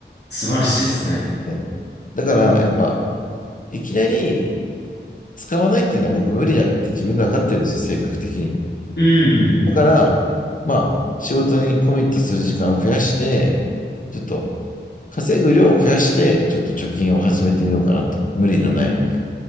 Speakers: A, on the left; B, on the left.
A: 素晴らしいですね。
B: はい。だからやっぱ、いきなり使わないっていうのは僕無理だって自分で分かってるんですよ、性格的に。
A: うん、うん、うん、
B: だから、
A: うん。うん
B: まあ仕事にコミットする時間を増やして、ちょっと稼ぐ量を増やして、ちょっと貯金を始めてみようかなと。無理のない。